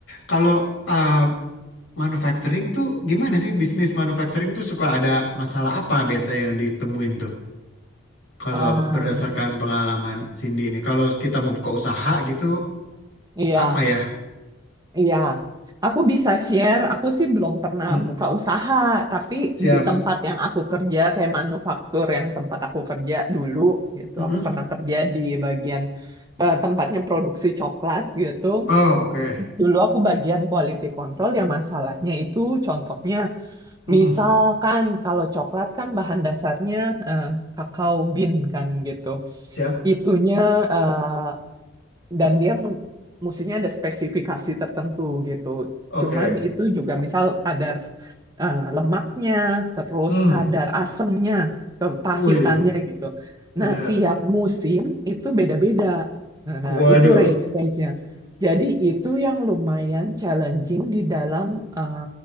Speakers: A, on the left; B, on the right.
A: Kalau ah, manufacturing tuh gimana sih bisnis manufacturing tuh suka ada masalah apa biasanya yang ditemuin tuh? Kalau
B: em,
A: berdasarkan pengalaman Cindy ini, kalau kita mau buka usaha gitu,
B: iya,
A: apa ya?
B: iya. Aku bisa share, aku sih belum pernah
A: Hmm.
B: buka usaha, tapi
A: Siap.
B: di tempat yang aku kerja, kayak manufaktur yang tempat aku kerja dulu gitu,
A: Mm-mm.
B: aku pernah kerja di bagian eh, tempatnya produksi coklat gitu.
A: Oh, oke.
B: Dulu aku bagian quality control ya masalahnya itu contohnya
A: Mm-mm.
B: Misalkan kalau coklat kan bahan dasarnya eh, kakao bean kan gitu.
A: Siap.
B: Itunya eh, dan dia mu- mestinya ada spesifikasi tertentu gitu.
A: Oke.
B: Cuman itu juga misal kadar eh, lemaknya, terus
A: Hmm.
B: kadar asemnya, kepahitannya
A: Wih,
B: gitu.
A: bener.
B: Nah, tiap musim itu beda-beda. Nah,
A: Waduh.
B: nah, itu ra- range-nya. Jadi itu yang lumayan challenging di dalam eh,